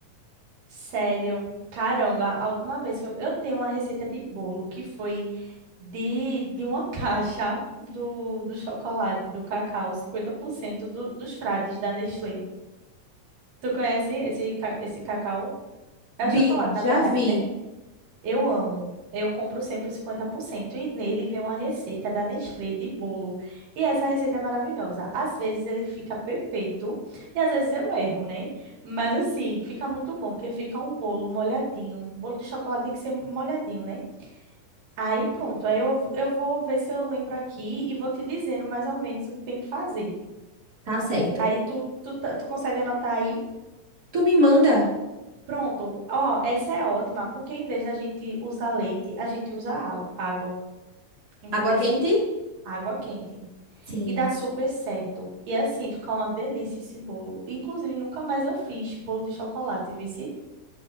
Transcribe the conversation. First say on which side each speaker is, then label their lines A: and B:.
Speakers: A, on the right; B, on the right.
A: Sério, caramba, a última vez que eu, eu tenho uma receita de bolo que foi de, de uma <laughs> caixa do, do chocolate, do cacau, 50% do, dos frades da Nestlé. Tu conhece esse, ca- esse cacau? É
B: Vi,
A: chocolate,
B: já
A: na verdade,
B: vi.
A: né? Eu amo. Eu compro sempre o 50% e nele vem uma receita da Nestlé de bolo. E essa receita é maravilhosa. Às vezes ele fica perfeito e às vezes eu erro, né? Mas assim, fica muito bom, porque fica um bolo molhadinho. Um Bolo de chocolate tem que ser molhadinho, né? Aí pronto. Aí eu, eu vou ver se eu lembro aqui e vou te dizendo mais ou menos o que tem que fazer,
B: Tá
A: vi?
B: certo.
A: Aí tu, tu, tá- tu consegue anotar aí?
B: Tu me manda
A: Pronto. Ó, essa é ótima, porque em vez da gente usar leite, a gente usa á- água. Entendesse?
B: água quente?
A: Água quente.
B: Sim.
A: E dá super certo. E assim, fica uma delícia esse bolo. Inclusive, nunca mais eu fiz bolo de chocolate, vice?